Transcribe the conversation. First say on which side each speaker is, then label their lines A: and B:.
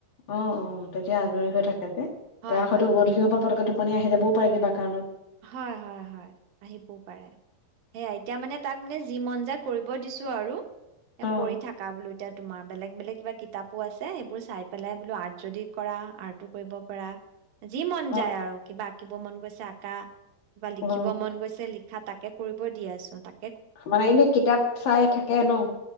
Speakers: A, on the left (about 85°); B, on the right (about 65°).
A: অ', অ', তেতিয়া আজৰি হৈ থাকে।
B: হয়
A: ত
B: হয়
A: হয়তো
B: হয়।
A: গ সমকটো আপুনি আহি যাবও পাৰে কিবা কাৰণত।
B: হয় হয় হয় আহিবও পাৰে সেয়া এতিয়া মানে তাক মানে যি মন যায় কৰিব দিছো আৰু।
A: অ
B: এ কৰি থাকা বোলো এতিয়া। তোমাৰ বেলেগ বেলেগ কিবা কিতাপো আছে সবোৰ চাই পেলাই বোলো আৰ্ট যদি কৰা আৰ্টো কৰিব পাৰা। যি মন
A: অ
B: যায় আৰু কিবা থাকিব মন গৈছে আ কা কিবা লিখিব
A: অ
B: মন গৈছে লি তাকে কৰিব দিয়া আছো তাক।
A: মানে এনেই কিতাপ চাই থাকে ন'।